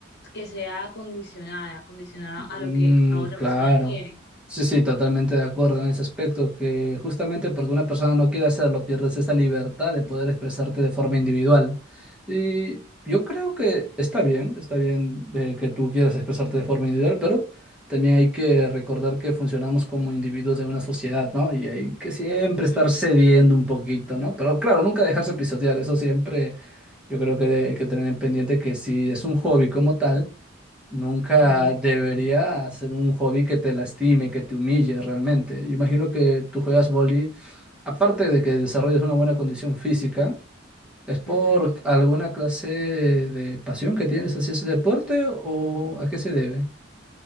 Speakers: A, on the left; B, in the centre.
A: que sea condicionada, condicionada
B: Mm,
A: a lo que la otra
B: claro.
A: persona quiere.
B: Sí, sí, totalmente de acuerdo en ese aspecto, que justamente porque una persona no quiere hacerlo, pierdes esa libertad de poder expresarte de forma individual. Y yo creo que está bien, está bien eh, que tú quieras expresarte de forma individual, pero también hay que recordar que funcionamos como individuos en una sociedad, ¿no? Y hay que siempre
A: Ujú,
B: estar cediendo un poquito, ¿no? Pero claro, nunca dejarse pisotear, eso siempre yo creo que hay que tener en pendiente que si es un hobby como tal, Nunca
A: ujú,
B: debería ser un hobby que te lastime, que te humille realmente. Yo imagino que tú juegas vóley, aparte de que desarrolles una buena condición física, ¿es por
A: ujú.
B: alguna clase de pasión que tienes hacia ese deporte o a qué se debe?